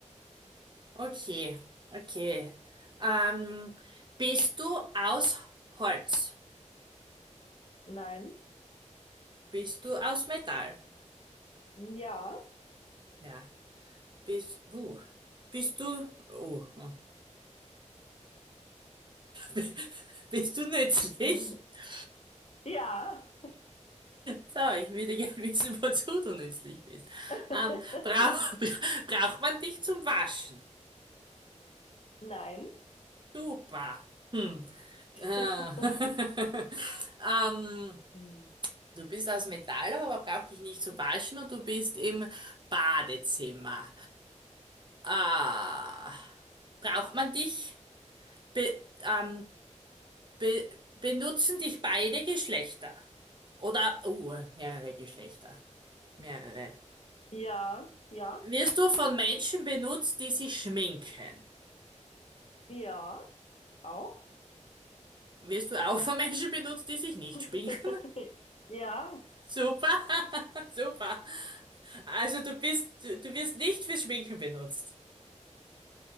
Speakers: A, on the right (about 40°); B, on the left (about 55°).
A: Okay, okay. Ähm, bist du aus Holz?
B: nein.
A: Bist du aus Metall?
B: Ja,
A: Ja. Bist, uh, bist du, oh, oh. <laughs> bist du nützlich?
B: <laughs>
A: <laughs>
B: ja,
A: So, ich würde gerne wissen, wozu du nützlich bist.
B: <laughs>
A: Ähm, brauch, <laughs> braucht man dich zum Waschen?
B: nein.
A: Super. Hm. Äh,
B: <laughs>
A: <laughs> ähm,
B: Mm.
A: Du bist aus Metall, aber brauch dich nicht zu waschen und du bist im Badezimmer. Ah, braucht man dich? Be ähm, be benutzen dich beide Geschlechter? Oder, uh, mehrere Geschlechter. Mehrere.
B: Ja, ja,
A: Wirst du von Menschen benutzt, die sich schminken?
B: ja, auch.
A: Wirst du auch von Menschen benutzt, die sich nicht
B: <laughs>
A: schminken? <laughs>
B: Ja.
A: Super, <laughs> super. Also du bist, du, du wirst nicht fürs Schminken benutzt.